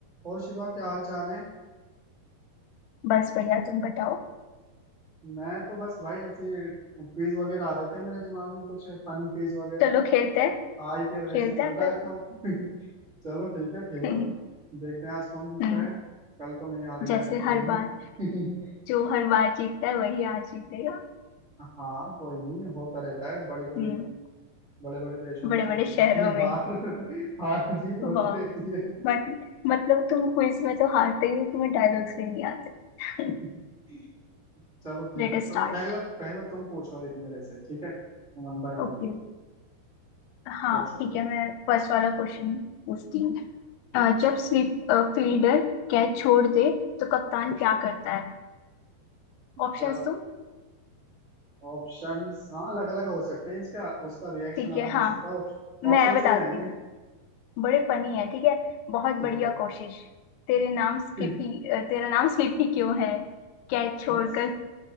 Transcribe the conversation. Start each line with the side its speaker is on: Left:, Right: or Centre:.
Right: और शिवा क्या हाल चाल है
Left: बस बढ़िया तुम बताओ
Right: मैं तो बस भाई ऐसे क्विज वगैरह आ रहे थे मेरे दिमाग में कुछ फनी क्विज वगैरह
Left: चलो खेलते हैं
Right: आईपीएल वैसे
Left: खेलते
Right: ही चल
Left: हैं
Right: रहा
Left: फिर
Right: है तो <laughs> चलो ठीक है खेलो
Left: <laughs>
Right: देखते हैं आज कौन जीतता
Left: हम्म
Right: है कल तो मैं ही हार गया
Left: जैसे
Right: था कोई
Left: हर
Right: नहीं
Left: बार
Right: <laughs>
Left: जो हर बार जीतता है वही आज जीतेगा
Right: हाँ कोई नहीं होता रहता है बड़ी बड़ी
Left: हम्म
Right: बड़े बड़े देशों में
Left: बड़े
Right: छोटी
Left: बड़े शहरों
Right: छोटी
Left: में
Right: हार <laughs> हार जीत होती
Left: वाह
Right: रहती है
Left: मत, मतलब तुम क्विज में तो हारते ही हो तुम्हें डायलॉग्स भी नहीं आते <laughs>
Right: <laughs> चलो ठीक
Left: Late
Right: है तो
Left: start
Right: पहला पहला तुम पूछो एक मेरे से ठीक है One by
Left: ओके
Right: one
Left: हाँ
Right: पूछो
Left: ठीक
Right: कोई।
Left: है मैं फर्स्ट वाला क्वेश्चन पूछती हूँ अ, जब स्वीप फील्डर कैच छोड़ दे तो कप्तान क्या करता है ऑप्शंस
Right: जब
Left: तुम
Right: ऑप्शंस हाँ अलग अलग हो सकते हैं इसका उसका रिएक्शन
Left: ठीक है
Right: अलग हो
Left: हाँ
Right: सकता है
Left: मैं
Right: ऑप्शन
Left: बताती
Right: से ही जाएंगे
Left: हूँ बड़े फनी है ठीक है बहुत
Right: ठीक
Left: बढ़िया
Right: है
Left: कोशिश तेरे नाम स्लिप
Right: <laughs>
Left: ही अ, तेरा नाम स्लिप ही क्यों है कैच छोड़कर
Right: अच्छा